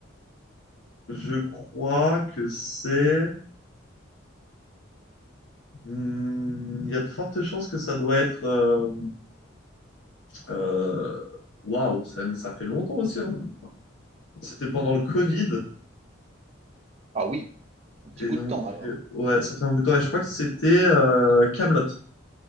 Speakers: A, on the left; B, on the right.
A: je crois que c'est... Hmm, Il y a de fortes chances que ça doit être. euh, euh, Waouh, ça, mais ça fait longtemps aussi. hein. C'était pendant le Covid.
B: ah oui, un petit
A: Et
B: bout
A: donc,
B: de temps alors.
A: euh, ouais, ça fait un bout de temps. Et je crois que c'était euh, Camelot